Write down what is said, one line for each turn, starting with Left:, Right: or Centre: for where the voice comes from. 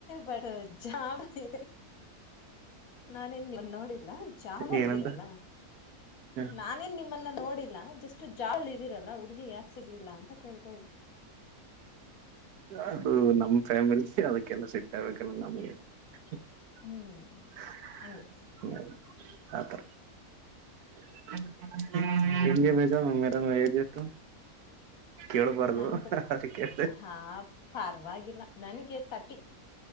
Left: ಬಟ್ ಜಾಬಲಿ ನಾನೇನ್ ನಿಮ್ಮನ್ ನೋಡಿಲ್ಲ ಜಾಬಲ್ಲಿದಿರಲ್ಲ
Right: ಏನಂತ ಹ
Left: ನಾನೇನ್ ನಿಮ್ಮನ್ನ ನೋಡಿಲ್ಲ ಜಸ್ಟ್ ಜಾಬಲ್ಲಿ ಇದೀರಲ್ಲ ಹುಡುಗಿ ಯಾಕ್ ಸಿಗ್ಲಿಲ್ಲ ಅಂತ ಕೇಳ್ ಹ್ಮು
Right: ಅದು ನಮ್ ಫ್ಯಾಮಿಲಿ ಅದಕ್ಕೆಲ್ಲ ಸೆಟ್ ಆಗ್ಬೇಕಲ್ಲ ನಮ್ಗೆ. <unintelligible>
Left: ಹ್ಮ್ ಹಂಗೆ
Right: ಆತರ <unintelligible> ಎಲ್ಲಿಗೆ ಮೇಡಮ್ ಮೇಡಮ್ ಏಜ್ ಎಷ್ಟು. ಕೇಳಬಾರ್ದು
Left: ನನ್ಗ
Right: ಅದಕ್ಕೆ
Left: ಹಾ ಪಾರವಾಗಿಲ್ಲ. ನನಗೆ ಟರ್ಟಿ.